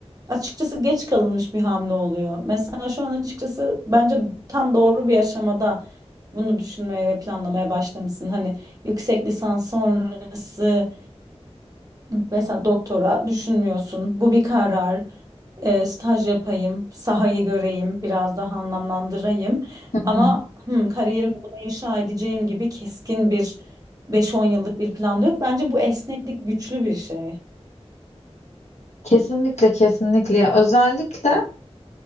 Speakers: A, on the right; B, on the left.
A: açıkçası geç kalınmış bir hamle oluyor. Mesela şu an açıkçası bence tam doğru bir aşamada bunu düşünmeye ve planlamaya başlamışsın. Hani yüksek lisans sonrası Mesela doktora düşünmüyorsun. Bu bir karar. Eee, staj yapayım, sahayı göreyim, biraz daha anlamlandırayım.
B: hı.
A: Ama hmm, kariyerimi buna inşa edeceğim gibi keskin bir beş-on yıllık bir plan da yok. Bence bu esneklik güçlü bir şey.
B: Kesinlikle kesinlikle. Özellikle